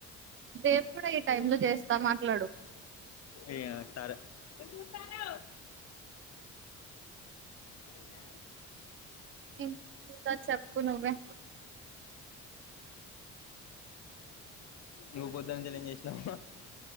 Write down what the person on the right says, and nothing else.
రేపు కూడా ఈ టైమ్ లో చేస్తా మాట్లాడు
ఇం ఇంకా చెప్ప ప్పు నువ్వే